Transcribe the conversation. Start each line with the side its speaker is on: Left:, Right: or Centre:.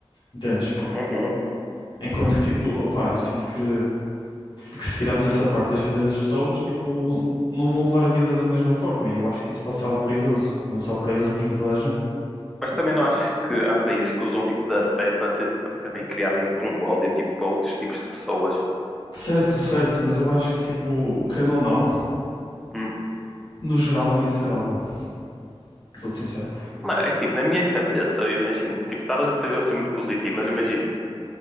Left: entendes?
Centre: uhum.
Left: Enquanto que, tipo, opá, eu sinto que, que se tirarmos essa parte das vidas das pessoas, tipo, não vão levar a vida da mesma forma, e eu acho que isso pode ser algo perigoso, não só para eles, mas para toda a gente.
Centre: Mas também não acho que há países que usam tipo da fé para, ser, para também criar meio que um ódio tipo, para outros tipos de pessoas.
Left: Certo, certo, mas eu acho que, tipo, querendo ou não,
Centre: Hum.
Left: no geral não ia ser algo. bom. Sou-te sincero.
Centre: Mano, é que tipo, na minha cabeça, eu imagino, tipo, talvez eu esteja a ser muito positivo, mas imagino,